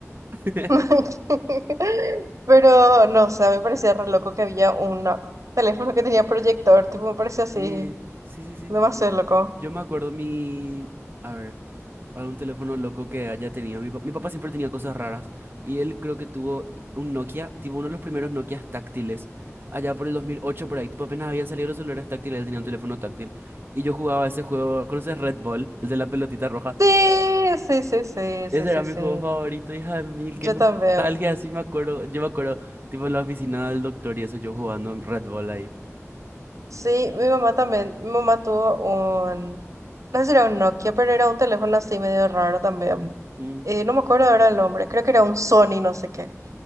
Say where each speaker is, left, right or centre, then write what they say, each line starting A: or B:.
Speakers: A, on the right (about 40°); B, on the right (about 85°).
A: <laughs>
B: <laughs> Pero no, o sea, me parecía re loco que había un teléfono que tenía proyector, tipo, me parecía
A: Sí,
B: así,
A: sí, sí, sí.
B: demasiado loco.
A: Yo me acuerdo mi... A ver. Algún teléfono loco que haya tenido. Mi, pa- mi papá siempre tenía cosas raras. Y él creo que tuvo un Nokia, tipo uno de los primeros Nokias táctiles. Allá por el 2008 por ahí. Tipo apenas habían salido los celulares táctiles, él tenía un teléfono táctil. Y yo jugaba ese juego. ¿Conoces Red Ball? El de la pelotita roja.
B: Sí, sí, sí, sí, sí,
A: Ese
B: sí,
A: era mi
B: sí.
A: juego favorito, hija de mil.
B: Yo
A: Qué nostalgia,
B: también.
A: así me acuerdo. Yo me acuerdo, tipo en la oficina del doctor y eso, yo jugando Red Ball ahí.
B: Sí, mi mamá también. Mi mamá tuvo un, no sé si era un Nokia, pero era un teléfono así medio raro también.
A: Mm,
B: Eh, no me acuerdo ahora el nombre, creo que era un Sony, no sé qué.